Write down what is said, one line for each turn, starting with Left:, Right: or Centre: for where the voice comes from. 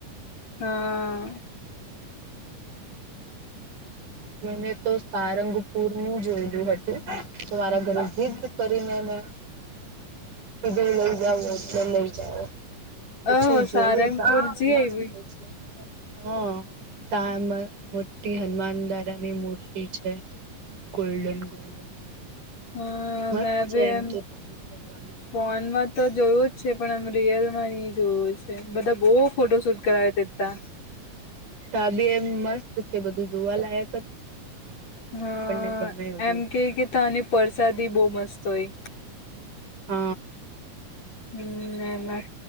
Left: હા.
Right: મને તો સારંગપુરનું જોયલું હતું. તો મારા ઘરે જિદ્દ કરીને મે કીધુ લઈ જાઓ એટલે લઈ જાઓ પછી
Left: ઓ
Right: જોયું
Left: સારંગપુર
Right: <unintelligible>
Left: જી આઈવી
Right: હ તા એમ મોટી હનમાન દાદાની મૂર્તિ છે, ગોલ્ડન ગોલ્ડન
Left: હા
Right: મસ્ત
Left: મેબી
Right: છે
Left: એમ
Right: તો ત્યાં બી ફરવાનું.
Left: ફોનમાં તો જોયું જ છે, પણ આમ રિયલમાંની જોયું છે, બધા બો ફોટો શૂટ કરાવે તેતા
Right: તાબી એમ મસ્ત છે, બધું જોવા લાયક છે જ
Left: હ
Right: આપણને ગમે એવું
Left: એમ કેયકે તાની પરસાદી બો મસ્ત હોય.
Right: હ.
Left: હમ એમાં